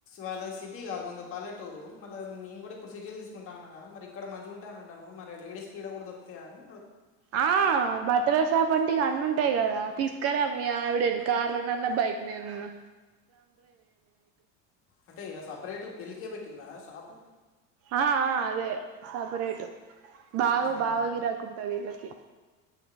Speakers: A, on the left; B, on the right.
A: వాళ్ళ సిటీ కాదు. పల్లెటూరు మళ్ళ నేన్ కూడ ఇప్పుడు సిటిలు తీసుకుంటా అన్నగా మరి ఇక్కడ మంచి గుంటయి అంటన్నావు మరి లేడస్ కి ఈ కూడా దొరికు ఇగ అని
B: ఆ బట్టల షాప్ అంటే ఇగా అన్నీ ఉంటాయి కదా తీస్క్రా మీ ఆవిడేని కార్లనన్న బైక్ మీద నన్నా.
A: అంటే ఇక సప్రేటు పెళ్ళికే పెట్టిలా షాపు.
B: అ ఆ అదే సపరేట్.
A: మ్హూ.
B: బాగ బాగ గిరాకి ఉంటది వీళ్ళకి